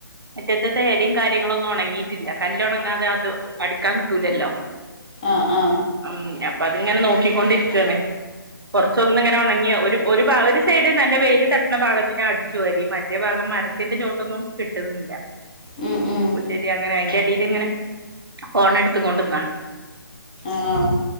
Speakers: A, on the right; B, on the left.
A: മുറ്റ <unintelligible> കാര്യങ്ങളൊന്നും ഒണങ്ങിയിട്ടില്ല കല്ലൊണങ്ങാതെ അത് അടിക്കാൻ കിട്ടൂലല്ലോ
B: ആ ആ
A: ഉം അപ്പൊ അതിങ്ങനെ നോക്കിക്കൊണ്ടിരിക്കാണ് കുറച്ചൊന്ന് ഇങ്ങനെ ഉണങ്ങി ഒരു ഭാ ഒരു സൈഡ് നല്ല വെയില് തട്ടണ ഭാഗത്ത് ഞാന് അടിച്ചു വരി മറ്റേ ഭാഗം മരത്തിന്റെ ചോട്ടൊന്നും കിട്ടുന്നില്ല
B: ഉം ഉം
A: അപ്പൊ ശരി അങ്ങനെ അയിൻ്റെ അടീല് ഇങ്ങനെ ഫേണെട്ത്ത് കൊണ്ടിന്നാ
B: ആണോ